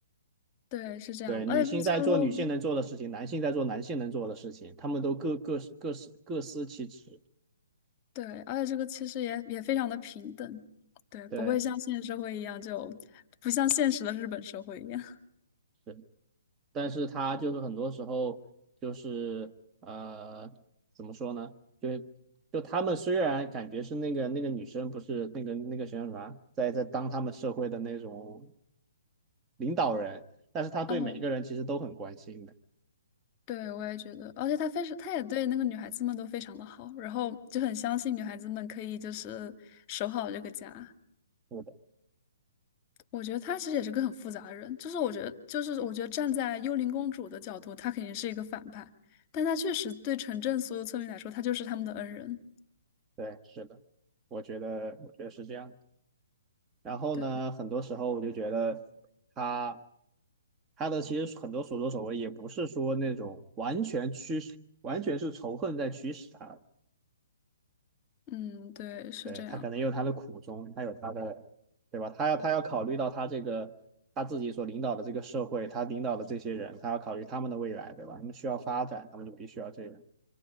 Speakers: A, on the left; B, on the right.
A: 对，是这样的，
B: 对，女性在做女性能做的事情，
A: 而且这个村落。
B: 男性在做男性能做的事情，他们都各各各司各司其职。
A: 对，而且这个其实也也非常的平等，对，
B: 对，
A: 不会像现实社会一样就，不像现实的日本社会一样。<laughs>
B: 是但是他就是很多时候就是呃，怎么说呢？就是就他们虽然感觉是那个那个女生不是那个那个谁啥，在在当他们社会的那种领导人，但是他对每个人其实都很关心的。
A: 嗯，对，我也觉得，而且他非常，他也对那个女孩子们都非常的好，然后就很相信女孩子们可以就是守好这个家。
B: 是的，
A: 我觉得他其实也是个很复杂的人，就是我觉得，就是我觉得站在幽灵公主的角度，她肯定是一个反派，但她确实对城镇所有村民来说，她就是他们的恩人。
B: 对，是的，我觉得我觉得是这样的然后呢，
A: 对，
B: 很多时候我就觉得他他的其实很多所作所为也不是说那种完全驱使，完全是仇恨在驱使他，
A: 嗯，对，是这样。
B: 对，他可能也有他的苦衷，他有他的，对吧？他要他要考虑到他这个他自己所领导的这个社会，他领导的这些人，他要考虑他们的未来，对吧？他们需要发展，他们就必须要这样。